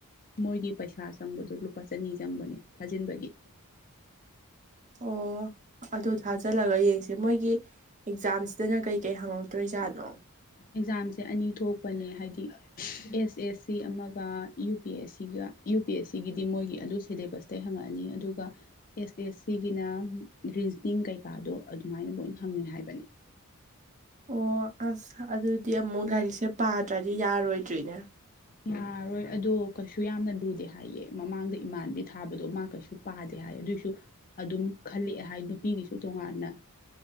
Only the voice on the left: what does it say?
ꯃꯣꯏꯒꯤ ꯄꯩꯁꯥ ꯆꯪꯕꯗꯣ ꯂꯨꯄꯥ ꯆꯅꯤ ꯆꯪꯕꯅꯦ ꯊꯥꯖꯤꯟꯕꯒꯤ
ꯑꯦꯛꯖꯥꯝꯁꯦ ꯑꯅꯤ ꯊꯣꯛꯄꯅꯦ ꯍꯥꯏꯗꯤ ꯑꯦꯁ ꯑꯦꯁ ꯁꯤ ꯑꯃꯒ ꯌꯨ ꯄꯤ ꯑꯦꯁ ꯁꯤꯒ ꯌꯨ ꯄꯤ ꯑꯦꯁ ꯁꯤꯒꯤꯗꯤ ꯃꯣꯏꯒꯤ ꯑꯗꯨ ꯁꯤꯂꯦꯕꯁ ꯇꯩ ꯍꯪꯉꯛꯑꯅꯤ ꯑꯗꯨꯒ ꯑꯦꯁ ꯑꯦꯁ ꯁꯤꯒꯤꯅ ꯔꯤꯖꯅꯤꯡ ꯀꯩꯀꯥꯗꯣ ꯑꯗꯨꯃꯥꯏꯅ ꯂꯣꯏꯅ ꯍꯪꯉꯦ ꯍꯥꯏꯕꯅꯤ
ꯌꯥꯔꯣꯏ ꯑꯗꯣ ꯀꯩꯁꯨ ꯌꯥꯝꯅ ꯂꯨꯗꯦ ꯍꯥꯏꯌꯦ ꯃꯃꯥꯡꯗ ꯏꯃꯥꯟꯕꯤ ꯊꯥꯕꯗꯣ ꯑ ꯃꯥ ꯀꯩꯁꯨ ꯄꯥꯗꯦ ꯍꯥꯏ ꯑꯗꯨꯑꯣꯏꯁꯨ ꯑꯗꯨꯝ ꯈꯜꯂꯛꯑꯦ ꯍꯥꯏ ꯅꯨꯄꯤꯒꯤꯁꯨ ꯇꯣꯉꯥꯟꯅ